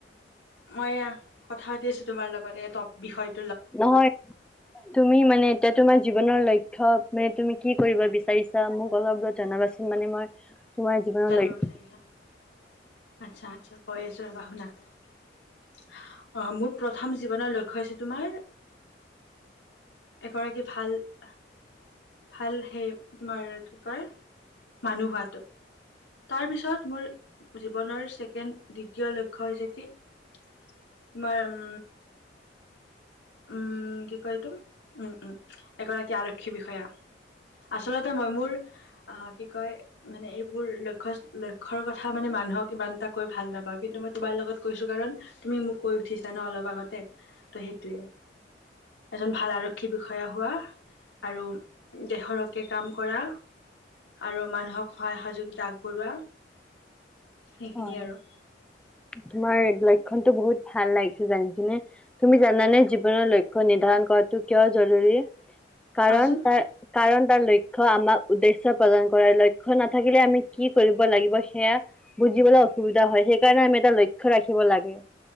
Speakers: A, on the left (about 80°); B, in the centre.
A: মই আঁহ কথা পাতি আছো তোমাৰ লগত এ টপ বিষয়-
B: নহয় তুমি মানে এতিয়া তোমাৰ জীৱনৰ লক্ষ্য - শিক্ষক মানে তুমি কি কৰিব বিচাৰিছা? মোক অলপ জনাবাচোন মানে মই তোমাৰ জীৱনৰ
A: জানিব
B: লক্ষ্য
A: বিচাৰিছা? আচ্ছা-আচ্ছা কৈ আছো ৰবা। শুনা অহ মোক প্ৰথম জীৱনৰ লক্ষ্যয় হৈছে তোমাৰ এগৰাকী ভাল-ভাল সেই তোমাৰ কি কয় মানুহ হোৱাটো। তাৰ পিছত মোৰ জীৱনৰ ছেকেণ্ড দ্বিতীয় লক্ষ্য হৈছে কি তোমাৰ উম উম কি কয় এইটো উম-উম এগৰাকী আৰক্ষী বিষয়া আচলতে মই মোৰ আহ কি কয় মানে এইবোৰ লক্ষ্য লক্ষ্যয়ৰ কথা মানে মানুহক ইমান এটা কৈ ভাল নাপাওঁ। কিন্তু মই তোমাৰ লগত কৈছো কাৰণ তুমি মোক কৈ উঠিছা ন অলপ আগতে ত সেইটোয়ে। এজন ভাল আৰক্ষী বিষয়া হোৱা আৰু দেশৰ হকে কাম কৰা আৰু মানুহক সহায়-সহযোগিতা আগবঢ়োৱা। সেইখিনিয়ে
B: হয়
A: আৰু।
B: তোমাৰ লক্ষণতটো বহুত ভাল লাগিছে জানি কিনে তুমি জানানে জীৱনৰ লক্ষ্য নিৰ্ধাৰণ কৰাটো কিয় জৰুৰী? কাৰণ
A: কোৱাচোন
B: তাৰ কাৰণ তাৰ লক্ষ্য লক্ষ্য আমাৰ উদ্দেশ্যৰ প্ৰদান কৰাৰ লক্ষ্য নাথাকিলে আমি কি কৰিব লাগিব সেয়া বুজিবলৈ অসুবিধা হয় সেইকাৰণে আমি এটা লক্ষ্য ৰাখিব লাগে।